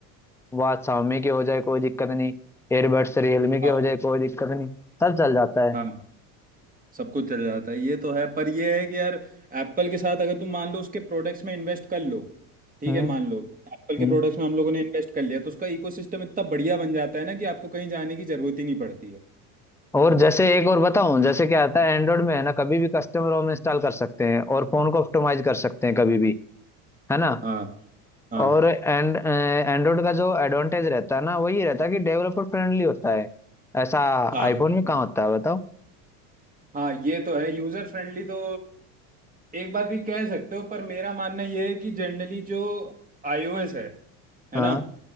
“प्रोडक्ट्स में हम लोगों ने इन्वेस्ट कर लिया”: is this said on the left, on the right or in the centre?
Right